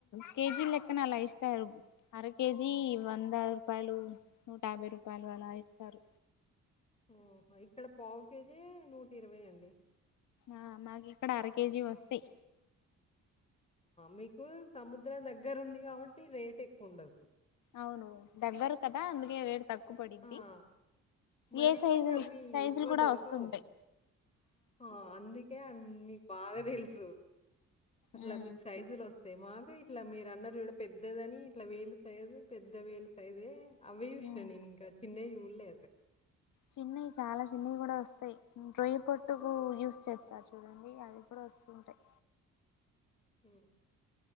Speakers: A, on the left (about 75°); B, on the left (about 20°).
A: కేజీ లెక్కన అలా ఇస్తారు అర కేజీ వందరుపాయ లు నూట యాభై రూపాయలు అలా ఇస్తారు
B: ఓ ఇక్కడ పావు కేజీ నూట ఇరవై అండి
A: ఆ మాకు ఇక్కడ అర కేజీ వస్తయ్
B: మీకు సముద్రం దగ్గర ఉంది కాబట్టి రేట్ ఎక్కువ ఉండదు
A: అవును దగ్గర కదా అందుకే రేటు తక్కువ పడిద్ది.
B: ఆ! మళ్ళీ
A: ఏ సైజు
B: మాకవి
A: సైజులు
B: ఎక్కువ
A: కూడా
B: దొరకవు.
A: వస్తుంటాయ్
B: ఆ అందుకే అన్నీ మీకు బాగా తెలుసు అట్లా
A: ఉమ్
B: మీకు సైజులు వస్త అంతే మాకు ఇట్లా మీరు అన్నారు జూడు పెద్దదని ఇట్లా వేలు సైజ పెద్ద వేలు సైజే అవే సూసినా
A: ఉమ్
B: నేను ఇంక తిన్నే చూడలే అసలు
A: చిన్నవి చాలా చిన్నవి కూడా వస్తాయి రొయ్య పట్టుకు యూజ్ చేస్తారు చూడండి అది కూడా వస్తుంటాయి
B: ఉ